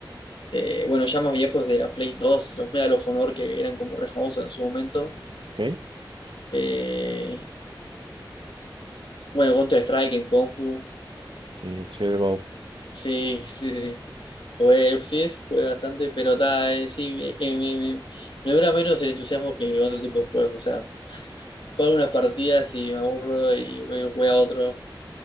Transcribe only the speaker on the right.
ok.
Sí, el CSGO.